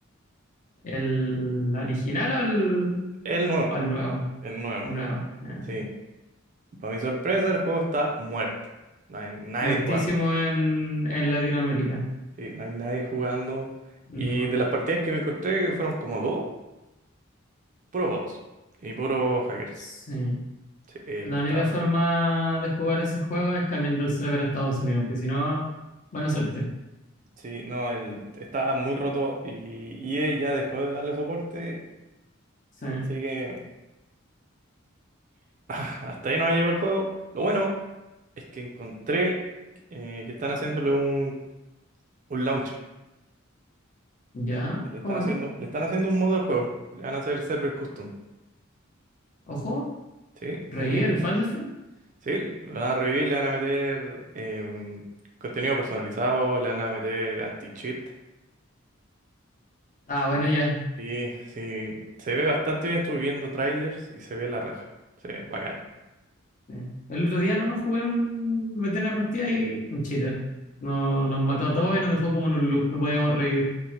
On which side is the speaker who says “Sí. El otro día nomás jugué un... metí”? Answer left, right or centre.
Left